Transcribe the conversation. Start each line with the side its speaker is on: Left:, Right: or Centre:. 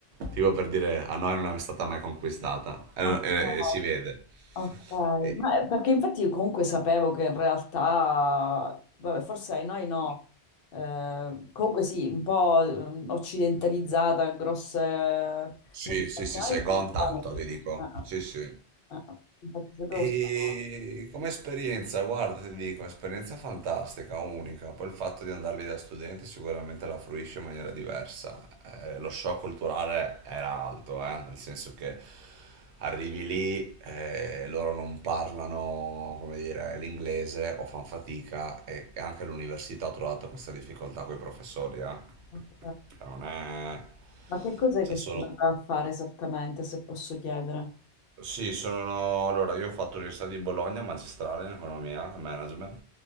Right: Tipo per dire, a noi non è stata mai conquistata. E,
Left: ok,
Right: e- e si vede.
Left: ok.
Right: E-
Left: Ma è- perché infatti io comunque sapevo che in realtà, vabbè, forse ai noi no, Eh, comunque sì, un po' ehm, occidentalizzata, grosse
Right: sì,
Left: multinazionali
Right: sì, sì, Saigon
Left: ci
Right: tanto,
Left: sono in realtà.
Right: ti dico. Sì, sì.
Left: Eh, eh, eh, Infatti sapevo
Right: E
Left: sta cosa.
Right: come esperienza, guarda, ti dico, esperienza fantastica, unica. Poi il fatto di andare lì da studente sicuramente la fruisce in maniera diversa. Eh, lo shock culturale era alto, eh, nel senso che arrivi lì, eh, loro non parlano, come dire, l'inglese o fanno fatica e anche l'università ha trovato questa difficoltà con i professori, eh.
Left: Ok.
Right: Cioè, Non è...
Left: Ma che cos'è
Right: C'è
Left: che
Right: solo...
Left: stai andando a fare esattamente, se posso chiedere?
Right: Sì, sono... Allora, io ho fatto l'Università di Bologna, magistrale in economia e management,